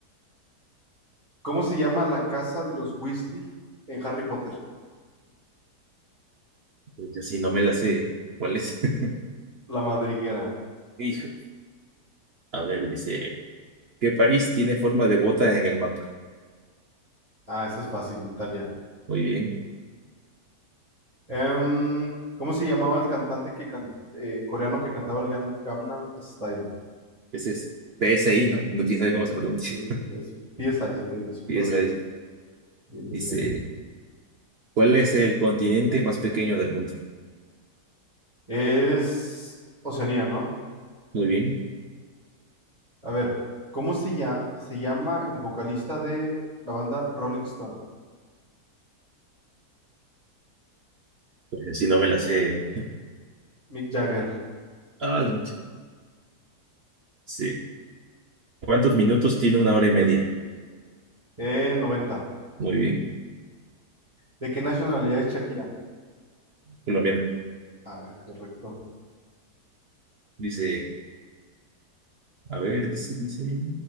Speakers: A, on the right; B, on the right.
A: ¿Cómo se llama la casa de los Weasley en Harry Potter?
B: Pues así no me la sé. ¿eh? ¿Cuál es? <laughs>
A: La Madriguera.
B: Hijo. A ver, dice, ¿qué país tiene forma de bota en el mapa?
A: Ah, esa es fácil, Italia.
B: Muy bien.
A: Em, ¿cómo se llamaba el cantante que can- eh, coreano que cantaba el Gan- Gangnam Style?
B: Ese es PSI, ¿no? No quién sabe cómo se pronuncia.
A: Sí, es PSI se
B: <laughs>
A: pronuncia,
B: PSI.
A: pero bien, bien,
B: Dice,
A: bien, bien.
B: ¿cuál es el continente más pequeño del mundo?
A: Es Oceanía, ¿no?
B: Muy bien.
A: A ver, ¿cómo se, ya, se llama el vocalista de la banda Rolling Stone?
B: Pues así no me la sé.
A: Mick Jagger.
B: Ah, la mecha. Dice, ¿cuántos minutos tiene una hora y media?
A: Eh, 90.
B: Muy bien.
A: ¿De qué nacionalidad es Shakira?
B: Colombiana.
A: Ah, correcto.
B: Dice, a ver, dice, dice,